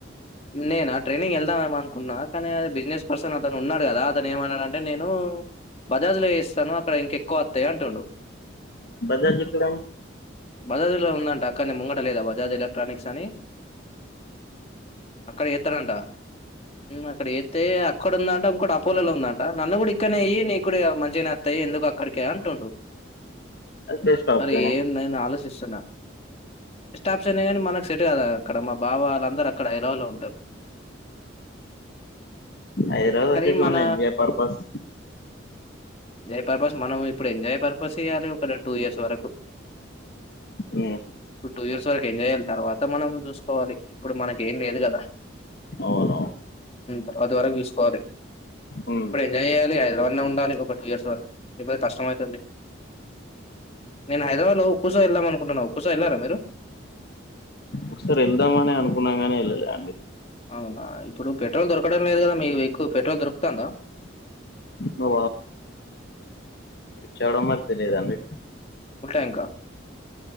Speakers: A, on the left; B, on the left.
A: నేనా ట్రైనింగ్ వెళ్దామ ఏమ అనుకున్నా కానీ అ బిజినెస్ పర్సన్ అతను ఉన్నాడు కదా అతను ఏమన్నాడంటే నేను ఓ బజాజ్ లో వయిస్తాను అక్కడ ఇంకెక్కువ వస్తాయి అంటుండు
B: బజాజ్ ఎక్కడండి
A: బదాదీలో ఉందంట అక్క న ముంగట లేదా బజాజ్ ఎలక్ట్రానిక్స్ అని అక్కడ ఏత్తారంట అక్కడ ఎత్తే అక్కడ ఉందంట ఇంకో అపోలోలో ఉందంట నన్ను కూడా ఇక్కనే వెయి నీ కూడ మంచినే అత్తయి ఎందుకు అక్కడికే అంటుండు
B: అది బెస్ట్ ఆప్షన్
A: అరే
B: ఏ
A: ఏం నేను ఆలోచిస్తా సచన్నా బెస్ట్ ఆప్షన్ కానీ మనకు సెట్ కదా అక్కడ మా బావ వాళ్ళందరూ అక్కడ ఐలలో ఉంటారు
B: హైదరాబాద్
A: కానీ
B: వచ్చేసి
A: మన
B: only enjoy purpose
A: enjoy purpose మనం ఇప్పుడు ఎంజాయ్ పర్పస్ ఇయ్యాలి ఒక రెండు టూ ఇయర్స్ వరకు
B: ఉమ్
A: ఇప్పుడు టూ ఇయర్స్ వరకు ఎంజాయ్ చేయాలి తర్వాత మనం చూసుకోవాలి ఇప్పుడు మనకి ఏం లేదు కదా
B: అవునవును
A: తర్వాత వరకు చూసుకోవాలి
B: ఉమ్
A: ఇప్పుడు ఎంజాయ్ చెయాలి హైదరాబాద్ లో ఉండాలి ఒక టూ ఇయర్స్ వరకుతే కష్టం అవుతుంది నేను హైదరాబాద్ లో కుష ఎలా మన మోనా ఉపాస వెల్లారా మిరు బ్రో
B: ఒకసారి వెళ్దామ అని అనుకున్నాం నే వెళ్ళాల అండి
A: అవునా ఇప్పుడు పెట్రోల్ దొరకడం లేదు కదా మీ ఎక్కువ పెట్రోల్ దొరుకుతుందా
B: మా చౌడమరి తెలిదా మీక్
A: ఫుల్ టాంకా